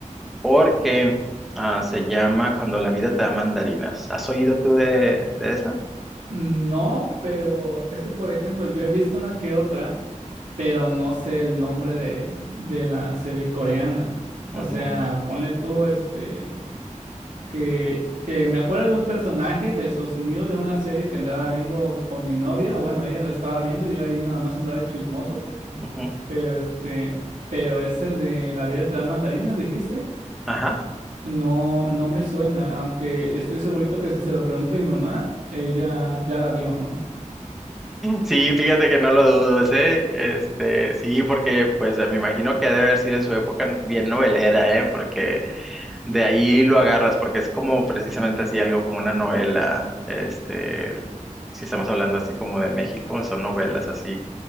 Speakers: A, in the centre; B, on the right.
A: porque ah, se llama Cuando la vida te da mandarinas. ¿Has oído tú de, de esa?
B: No, pero es que, por ejemplo, yo he visto una que otra, pero no sé el nombre de, de la serie coreana. O
A: Ujú,
B: sea, ponle tú este... que, que me acuerdo de un personaje, Besos New, de una serie que andaba viendo con mi novia, o bueno, ella la estaba viendo, y yo ahí nada más andaba de chismoso,
A: ujú.
B: pero este, pero ese de La vida te da mandarinas, dijiste,
A: Ajá.
B: no, no me suena, aunque estoy segurito que si se lo pregunto a mi mamá, ella ya la vio, ¿no?
A: Sí, fíjate que no lo dudo, ¿eh? Este, sí, porque pues me imagino que ha de haber sido en su época bien novelera, ¿eh? Porque de ahí lo agarras, porque es como precisamente así algo como una novela, este, si estamos hablando así como de México, son novelas así.